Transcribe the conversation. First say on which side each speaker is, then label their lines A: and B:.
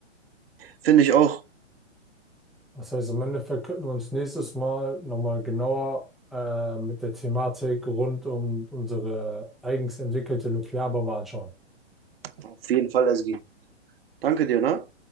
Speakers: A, on the right; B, in the centre.
A: Finde ich auch.
B: Das heißt, im Endeffekt könnten wir uns nächstes Mal nochmal genauer äh, mit der Thematik rund um unsere eigens entwickelte Nuklearbombe anschauen.
A: Auf jeden Fall, Ezgi. Danke dir, ne?